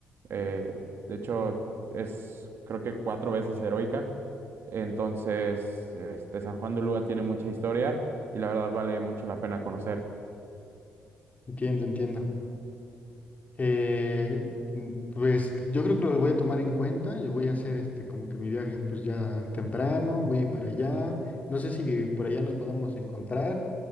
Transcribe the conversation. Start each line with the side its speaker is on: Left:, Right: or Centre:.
Right: Eh, de hecho, es creo que cuatro veces heroica. Entonces, este, San Juan de Ulúa tiene mucha historia y la verdad vale mucho la pena conocer.
Left: Entiendo, entiendo. Eh, mm, pues yo creo que los voy a tomar en cuenta y voy a hacer este como que mi viaje pues ya temprano, voy a ir para allá. No sé si por allá nos podamos encontrar